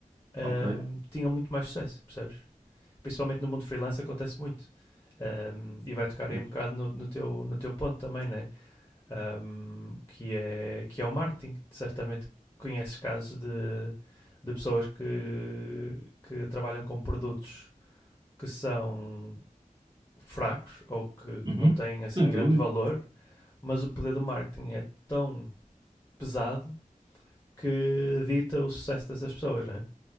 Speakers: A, on the left; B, on the right.
A: ahm,
B: Ok,
A: tinham muito mais sucesso, percebes? Principalmente no mundo freelance acontece muito. Ahm, e vai tocar
B: pois.
A: aí um bocado no, no teu, no teu ponto também, né? Ahm, que, é, que é o marketing. Certamente conheces casos de, de pessoas que, que trabalham com produtos que são fracos ou que
B: Uhum.
A: não têm assim
B: Sem
A: grande
B: dúvida.
A: valor, mas o poder do marketing é tão pesado que dita o sucesso dessas pessoas, não é?